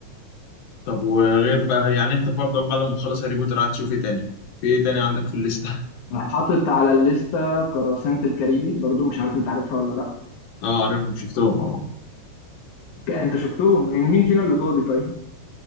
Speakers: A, on the left; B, on the left.
A: طب وغير بقى يعني انت فرضا بعد ما تخلص هاري بوتر قاعد تشوف ايه تاني في ايه تاني عندك في الليسته
B: حاطط على الليسته قراصنة الكاريبي برضو مش عارف انت عارفها ولا لا
A: <laughs> اه عارفهم شفتهم اه
B: ك- انت شفتهم يعني مين فينا اللي فاضي طيب